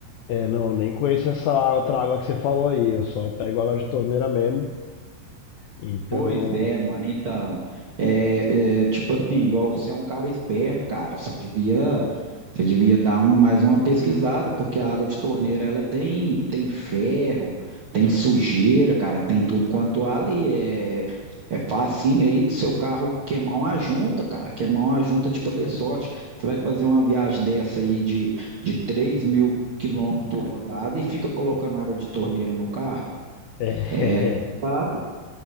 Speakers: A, on the left; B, on the right.
A: é, não, nem conheço essa outra água que você falou aí. Eu só pego água de torneira mesmo. Então,
B: Pois é, mano. Então, é, é, tipo assim, igual você é um cara esperto, cara, você devia, você devia dar um- mais uma pesquisada, porque a água de torneira ela tem tem ferro, tem sujeira, cara, tem tudo quanto há ali. É, é facinho aí do seu carro queimar uma junta, cara, queimar uma junta de cabeçote. Você vai fazer uma viagem dessa aí de, de 3 mil quilômetros rodada e fica colocando água de torneira no carro.
A: <laughs> é,
B: É.
A: é,
B: complicado.